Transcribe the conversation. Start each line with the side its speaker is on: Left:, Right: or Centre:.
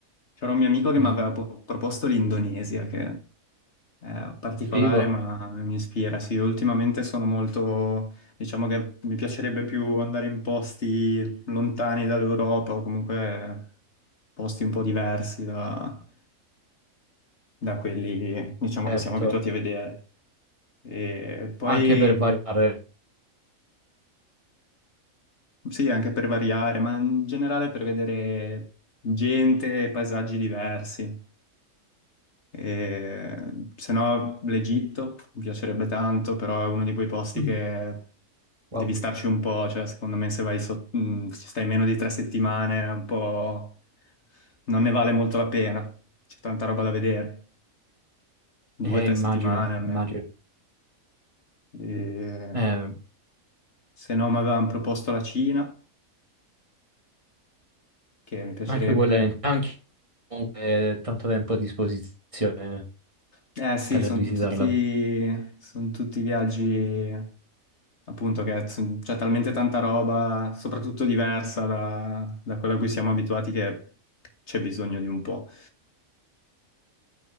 Left: C'era un mio amico che
Right: Mhm.
Left: mi aveva po- proposto l'Indonesia, che è particolare
Right: Figo,
Left: ma mi ispira. Sì, ultimamente sono molto, diciamo che mi piacerebbe più andare in posti lontani dall'Europa o comunque posti un po' diversi da, da quelli, diciamo,
Right: certo,
Left: che siamo abituati a vedere. E poi...
Right: anche per variare.
Left: Sì, anche per variare, ma in generale per vedere gente e paesaggi diversi. E, se no, l'Egitto mi piacerebbe tanto, però è uno di quei posti
Right: Mm.
Left: che devi
Right: Wow.
Left: starci un po', cioè secondo me se vai so- mh, ci stai meno di tre settimane è un po' non ne vale molto la pena, c'è tanta roba da vedere, due
Right: Eh,
Left: o tre
Right: immagino,
Left: settimane almeno.
Right: immagino.
Left: E,
Right: Eh,
Left: se no, mi avevano proposto la Cina, che mi piacerebbe.
Right: anche quello è anche comunque tanto tempo a disposizione
Left: Eh sì,
Right: per
Left: sono
Right: visitarla.
Left: tutti, son tutti viaggi appunto che son- c'è talmente tanta roba, soprattutto diversa da, da quella a cui siamo abituati, che c'è bisogno di un po'.